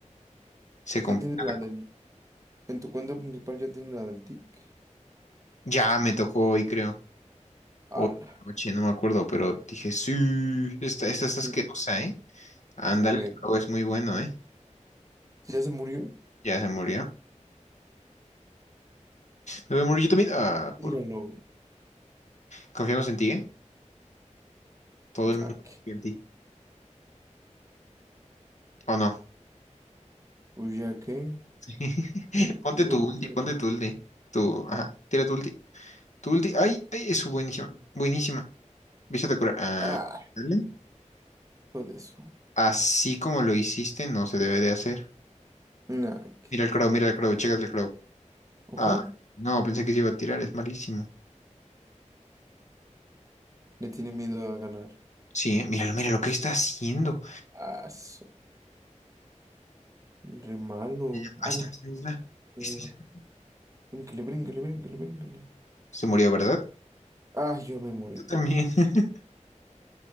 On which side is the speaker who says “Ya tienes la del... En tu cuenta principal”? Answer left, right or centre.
Right